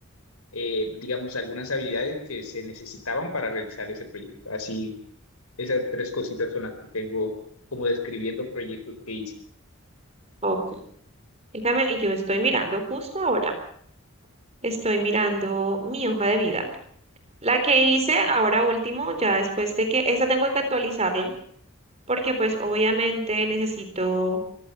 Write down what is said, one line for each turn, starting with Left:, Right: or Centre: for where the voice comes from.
Left: eh, digamos, algunas habilidades que se necesitaban para realizar ese proyecto. Así, esas tres cositas son las que tengo como describiendo proyectos que hice.
Right: Ok. Déjame, y yo estoy mirando justo ahora, estoy mirando mi hoja de vida. La que hice ahora último, ya después de que, esa tengo que actualizarla, porque pues obviamente necesito